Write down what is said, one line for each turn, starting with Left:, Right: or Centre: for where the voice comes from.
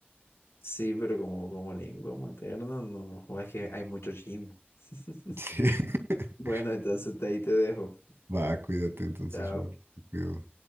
Left: Sí, pero como, como lengua materna, no, joder, es que hay mucho chino. <laughs>
Right: Sí. <laughs>
Left: Bueno, entonces te- ahí te dejo.
Right: Va, cuídate entonces,
Left: Chao.
Right: Robert. Te cuido.